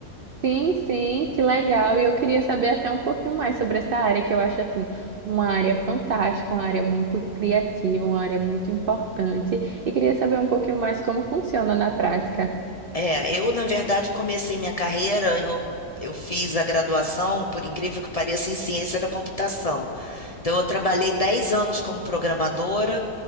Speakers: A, on the right; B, on the left.
A: Sim, sim, que legal. E eu queria saber até um pouquinho mais sobre essa área, que eu acho, assim, uma área fantástica, uma área muito criativa, uma área muito importante. E queria saber um pouquinho mais como funciona na prática.
B: É, eu, na verdade, comecei minha carreira, eu, eu fiz a graduação, por incrível que pareça, em ciência da computação. Então, eu trabalhei 10 anos como programadora,